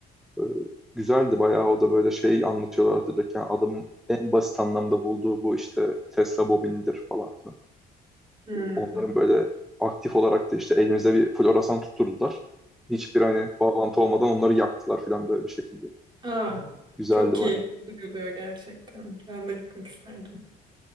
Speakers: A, in the centre; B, on the right.
A: Ee, güzeldi bayağı o da böyle şey anlatıyorlardı direkt yani adamın en basit anlamda bulduğu bu işte Tesla bobinidir falan filan.
B: Hmm.
A: Onların böyle aktif olarak da işte elimize bir floresan tutturdular. Hiçbir hani bağlantı olmadan onları yaktılar filan böyle bir şekilde.
B: Aa,
A: Güzeldi
B: çok keyifli
A: bayağı.
B: duyuluyor gerçekten. Ben de gitmek isterdim.